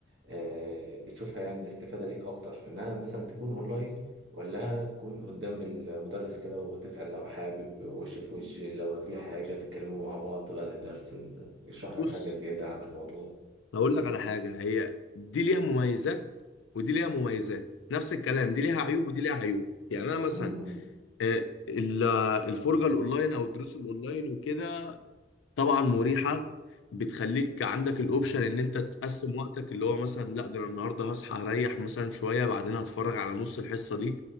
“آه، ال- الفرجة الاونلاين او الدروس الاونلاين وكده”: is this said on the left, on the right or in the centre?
Left